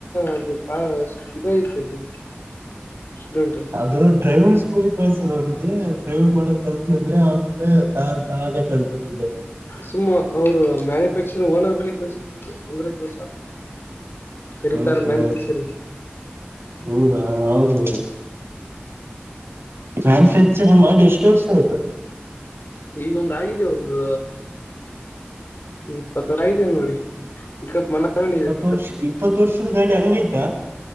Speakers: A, on the left; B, on the right.
A: ಅದು ಬಾ ಸ್ವಲ್ಪ ಇದ ಐತಿ ಅದು ಸ್ಟೂಡೆಂಟ್
B: ಅದು ಡ್ರೈವಿಂಗ್ ಸ್ಕೂಲಿ ಕಳ್ಸ್ರರು ಅವ್ನ್ಗೆ ಡ್ರೈವಿಂಗ್ ಮಾಡ ಕಲ್ತ್ ಅಂದ್ರೆ ಆ ತಾರ ತೇ ಕತ
A: ಸುಮ್ಮ ಅವರು ಮ್ಯಾನುಫ್ಯಾಕ್ಚರಿಂಗ್ ಓನರ್ ಬಳಿ ಕೆಲ್ಸ ಅಂದ್ರೆ ಕೆಲ್ಸ ಆಗ್ ಹರಿತಾರ
B: ಹ್ಮ್ ಹ್ಮ್
A: ಮ್ಯಾನ್ ಕೊ ಚ
B: ಹೌದಾ ಅವರು ಹ ಮ್ಯಾನುಫ್ಯಾಕ್ಚರಿಂಗ್ ಮಾಡಿ ಎಷ್ಟು ವರ್ಷ ಆಯ್ತು
A: ಈಗೊಂದ ಆಗಿದೆ ಒಂದು ಇಪ್ಪತ್ತಾರ ಆಗಿದೇ ನೋಡಿ ಪಿಕಪ್ ಮನ
B: ಇಪ್ಪತ್ತು ವರ್ಷ
A: ಪಪ್
B: ಇಪ್ಪತ್ತು ವರ್ಷದ ಗಾಡಿ ಹಂಗೈತಾ